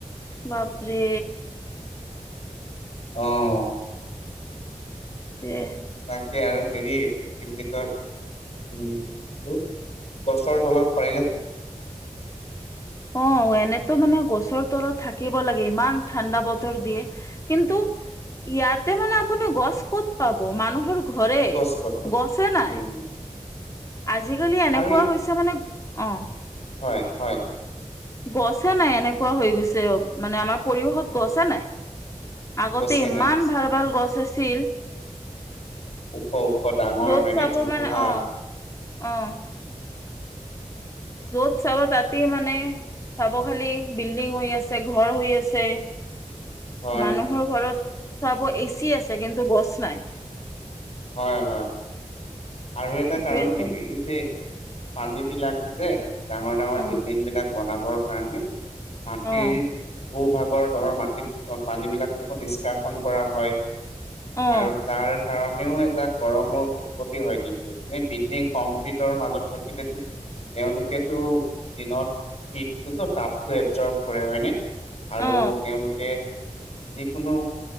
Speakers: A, on the left; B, on the left.
A: বাপৰে।
B: অ'।
A: এ,।
B: তাকে আৰু হেৰি! কি বুলি কয়? উম, হু গছৰ তলত পাৰিলে?
A: অ', এনেতো মানে গছৰ তলত থাকিব লাগে, ইমান ঠাণ্ডা বতৰ দিয়ে। কিন্তু ইয়াতে মানে আপুনি গছ ক'ত পাব। মানুহৰ ঘৰে
B: গছ ক'ত পাব
A: গছে
B: উম
A: নাই? আজিকালি এনেকুৱা
B: আৰু
A: হৈছে মানে অ'।
B: হয়, হয়!
A: গছে নাই এনেকুৱা হৈ গৈছে। অ', মানে আমাৰ পৰিৱেশত গছে নাই। আগতে
B: গছে
A: ইমান
B: নাই
A: ভাল ভাল গছ আছিল।
B: ওখ ওখ ডাঙৰ
A: য'ত
B: হয়নে
A: চাব
B: জোপোহা
A: মানে অ অ। যত চাব তাতে মানে? চাব খালি বিল্ডিং হৈ আছে ঘৰ হৈ আছে?
B: হয়
A: মানুহৰ ঘৰত চাব এচি আছে। কিন্তু, গছ নাই?
B: হয়, হয়! আৰু এটা
A: সেইটোৱেতো
B: কাৰণ কিন্তু এই যে পানী বিলাক যে ডাঙৰ ডাঙৰ
A: অ
B: বিল্ডিং বিলাক বনাবৰ কাৰণে মাটিৰ
A: অ
B: ভূ -ভাগৰ তলৰ মাটিত পানীবিলাককো নিষ্কাশন কৰা হয়।
A: অ
B: আৰু তাৰ কাৰণেও এটা গৰমৰ উৎপত্তি হয়? কিন্তু এনেই বিল্ডিং কংক্ৰিটৰ মাজত থাকিলে এওঁলোকে টো দিনত শীত তো টো তাপটো এবজ ব কৰে হয়নে? আৰু
A: অ
B: তেওঁলোকে যিকোনো